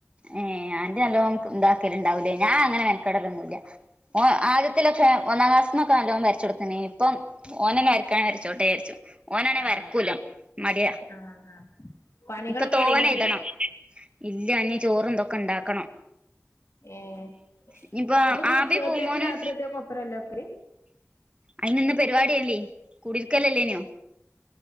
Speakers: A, on the right (about 20°); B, on the left (about 65°).
A: ഏഹ്, ആന്റി നല്ലോം ക് ണ്ടാക്കല്ണ്ടാവൂലേ? ഞാ അങ്ങനെ മെൻക്കടലൊന്നുംല്ല. ഓ ആദ്യ <unintelligible> ഒന്നാം ക്ലാസ്ന്നൊക്കെ നല്ലോം വരച്ചൊട്ക്ക്ണ്ടായീനി, ഇപ്പം ഓനെന്നെ വരക്കാണേൽ വരച്ചോട്ടെചാര്ച്ചു. ഓനാണേ
B: ആഹ്
A: വരക്കൂല്ല. മടിയാ
B: ആഹ് ആഹ് പണികളൊക്കെ
A: ഇപ്പൊ തോനെയ്തണം.
B: കഴിഞ്ഞണ്ട്
A: ഇല്ല, ഇനി ചോറും തൊക്കെ ഇണ്ടാക്കണം.
B: ഏഹ്
A: ഇനിയിപ്പോ
B: അപ്പൊ ജ്
A: ആബി
B: ഉച്ചക്കത്തേക്കും
A: പൂമോനും
B: രാത്രിത്തേക്കും ഒപ്പരല്ലെ വെക്കല്?
A: അയ്ന് ന്ന് പരിവാടിയല്ലേ കുടിരിക്കലല്ലേനൊ